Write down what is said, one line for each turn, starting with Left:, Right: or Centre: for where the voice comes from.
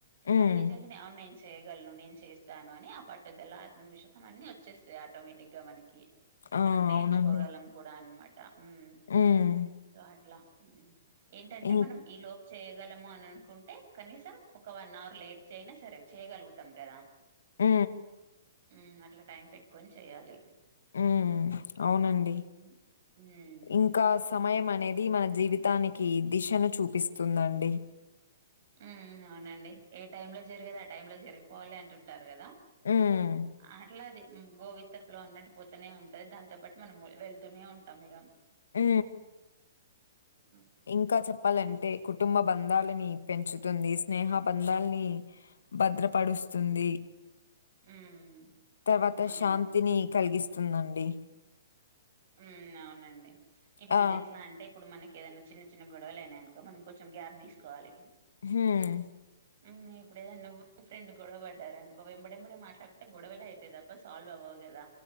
Left: హ్మ్.
Right: అది నిజంగానే అనై చేయగలను నేను చేస్తాను అని ఆ పట్టుదల, ఆత్మవిశ్వాసం అన్ని వచ్చేస్తాయి ఆటోమేటిక్ గా మనకి
Left: ఆ!
Right: మనం నేర్చుకోగలం
Left: అవునండి.
Right: కూడా అనమాట మ్
Left: హ్మ్.
Right: అట్లా మ్ ఏంటంటే
Left: ఇం
Right: మనం ఈ లోపు చేయ గలము అని అనుకుంటే కనీసం ఒక వన్ అవర్ లేట్ చేయనా సరే చేయగలుగుతాం కదా
Left: మ్
Right: మ్ అట్లా టైం పెట్టుకొని చెయ్యాలి
Left: ఉ అవునండి
Right: హ్మ్ హ్మ్
Left: ఇంకాస్ సమయం అనేది మన జీవితానికి దిశను చూపిస్తుందండి.
Right: మ్ అవునండి ఏ టైమ్ లో జరిగేది ఆ టైమ్ లో జరిగిపోవాలి అంటుంటారు కదా
Left: హ్మ్.
Right: అట్లాది మ్ గోవిత ఫ్లో అన్నట్టు పోతనే ఉంటది దాంతో పాటు మనం మ్ వెళ్తూనే ఉంటాం ఇగా
Left: మ్
Right: హ్మ్.
Left: ఇంకా చెప్పాలంటే కుటుంబ బంధాలని పెంచుతుంది. స్నేహ బంధాలని భద్రపడుస్తుంది.
Right: హ్మ్.
Left: తర్వాత
Right: అవును.
Left: శాంతిని కలిగిస్తుందండి.
Right: ఉమ్ అవునండి ఇప్పుడు
Left: ఆ!
Right: ఇది ఎట్లా అంటే ఇప్పుడు మనకి ఇంకెదైనా చిన్న చిన్న గొడవలు అనాయనుకో మనం కొంచెం గ్యాప్ తీసుకోవాలి.
Left: హుమ్
Right: మ్ ఇప్పుడుడెదైనా నువ్వు ఫ్రెండ్ గొడవపడ్డ అనుకో వెంబడెండి మాట్లాడుకుంటే గొడవలో అవుతాయీ తప్ప సాల్వ్ అవవు కదా